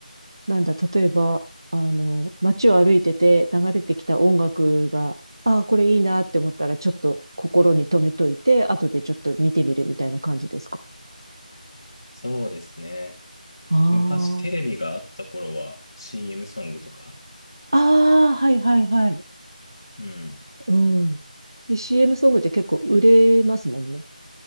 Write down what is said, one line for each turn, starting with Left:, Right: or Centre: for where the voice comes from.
Right: なんだ、例えば、あの、街を歩いてて流れてきた音楽が、ああ、これいいなって思ったら、ちょっと心に留めといて、後でちょっと見てみるみたいな感じですか
Left: そうですね。
Right: ああ。
Left: 昔テレビがあった頃は CM ソングとか、
Right: ああ、はいはいはい。
Left: うん。
Right: うん。で、CM ソングって結構売れますもんね。